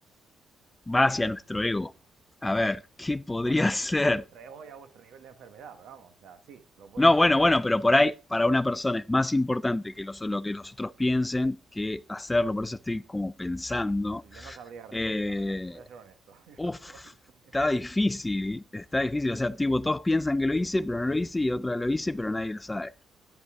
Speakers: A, on the left (about 20°); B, on the right (about 75°).
A: Va hacia nuestro ego. A ver, ¿qué podría
B: Bueno, a vuestro,
A: <laughs> ser?
B: a vuestro ego y a vuestro nivel de enfermedad, pero vamos, o sea, sí, lo puedes
A: No,
B: <laughs> hacer
A: bueno, bueno,
B: como tú
A: pero
B: quieras.
A: por ahí para una persona es más importante que los- lo que los otros piensen que hacerlo. Por eso estoy como pensando.
B: Uf, Yo no sabría responder,
A: Eh,
B: la verdad, te voy a ser honesto, <laughs> yo
A: Uf,
B: no tengo ni puta
A: está
B: idea.
A: difícil, está difícil. O sea, tipo, todos piensan que lo hice, pero no lo hice, y otra lo hice, pero nadie lo sabe.